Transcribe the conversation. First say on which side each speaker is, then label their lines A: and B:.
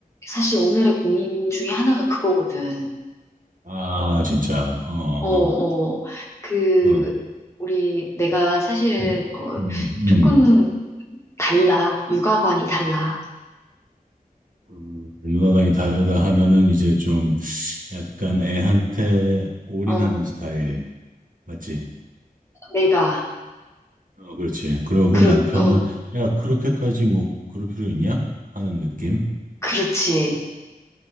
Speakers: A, on the left; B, on the right.
A: 사실 오늘의 고민 중에 하나가 그거거든.
B: 아, 진짜. 어, 어,
A: 어, 어, 그,
B: 어.
A: 우리, 내가 사실은,
B: 음,
A: 어,
B: 음,
A: 조금
B: 음.
A: 달라. 육아관이 달라.
B: 음, 육아관이 다르다 하면은 이제 좀 약간 애한테 올인하는
A: 어,
B: 스타일. 맞지?
A: 내가,
B: 어, 그렇지. 그러고
A: 그렇,
B: 남편은,
A: 어,
B: 야, 그렇게까지 뭐, 그럴 필요 있냐? 하는 느낌?
A: 그렇지.